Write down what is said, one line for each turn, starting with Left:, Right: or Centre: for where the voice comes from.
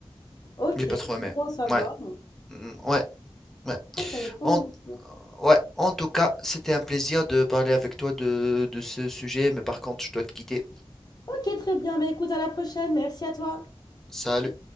Left: Ok,
Centre: J'ai
Left: c'est
Centre: pas trop aimé.
Left: bon à savoir.
Centre: Ouais, mm, ouais, ouais.
Left: Ah, je savais pas
Centre: En,
Left: la mention.
Centre: ouais. En tout cas, c'était un plaisir de parler avec toi de, de ce sujet, mais par contre, je dois te quitter.
Left: Ok, très bien. Bah, écoute, à la prochaine. Merci à toi.
Centre: Salut.